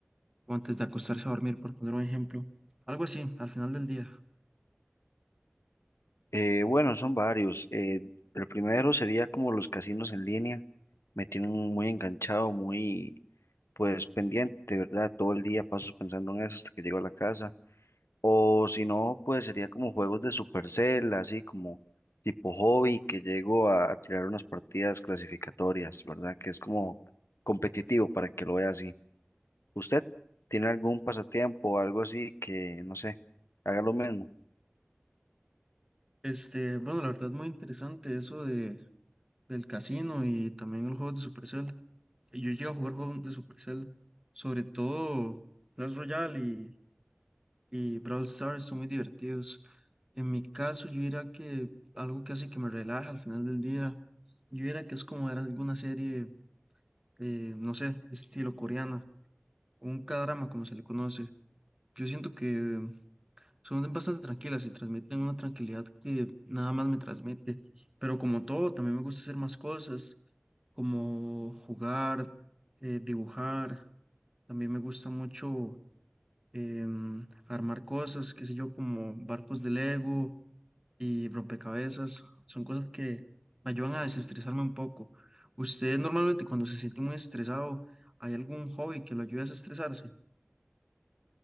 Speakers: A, on the right; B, on the left.
A: o antes de acostarse a dormir, por poner un ejemplo. Algo así, al final del día.
B: Eh, bueno, son varios. Eh, el primero sería como los casinos en línea. Me tienen muy enganchado, muy pues pendiente, ¿verdad? Todo el día paso pensando en eso hasta que llego a la casa. O si no, pues sería como juegos de Supercell, así como tipo hobby, que llego a tirar unas partidas clasificatorias, ¿verdad? Que es como competitivo para que lo vea así. ¿Usted tiene algún pasatiempo o algo así que, no sé, haga lo mismo?
A: Este, bueno, la verdad es muy interesante eso de, del casino y también los juegos de Supercell. Yo llego a jugar juegos de Supercell, sobre todo... Clash Royale y Brawl Stars son muy divertidos. En mi caso, yo diría que algo que hace que me relaja al final del día, yo diría que es como ver alguna serie, eh, no sé, estilo coreana, un K-drama como se le conoce. Yo siento que son bastante tranquilas y transmiten una tranquilidad que nada más me transmite. Pero como todo, también me gusta hacer más cosas, como jugar, eh, dibujar. También me gusta mucho em, armar cosas, qué sé yo, como barcos de Lego y rompecabezas. Son cosas que me ayudan a desestresarme un poco. ¿Usted normalmente cuando se siente muy estresado, hay algún hobby que lo ayude a desestresarse?